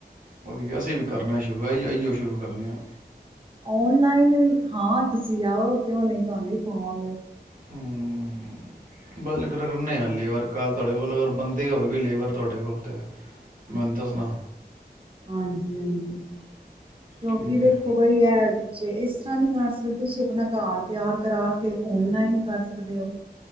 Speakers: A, on the right; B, on the right.
A: ਉਹਦੀ ਅਸੀਂ ਵੀ ਕਰਨਾ ਸ਼ੁਰੂ ਆ ਆਈਓ ਸ਼ੁਰੂ ਕਰਨੇ ਆ
B: ਓਨਲਾਈਨ ਵੀ ਹਾਂ ਤੁਸੀਂ ਆਓ ਕਿਉਂ ਨਹੀਂ ਤੁਹਾਨੂੰ ਵੀ ਖਾਵਾਂਗੇ
A: ਹਮ ਬਸ ਲਗੇ ਪਏ ਲੇਵਰ ਕੱਲ੍ਹ ਤੁਹਾਡੇ ਕੋਲ ਅਗਰ ਬੰਦੇ ਹੋਏਗੀ ਲੇਵਰ ਤੁਹਾਡੇ ਕੋਲ ਤਾਂ ਮੈਨੂੰ ਦੱਸਨਾ
B: ਹਾਂਜੀ ਹਾਂਜੀ ਕਿਉਂਕਿ
A: ਠੀਕ ਹੈ
B: ਵੇਖੋ ਬਈ ਆ ਜੇ ਇਸ ਤੁਸੀਂ ਆਪਣਾ ਘਰ ਤਿਆਰ ਕਰਾ ਕੇ ਓਨਲਾਈਨ ਕਰ ਸਕਦੇ ਹੋ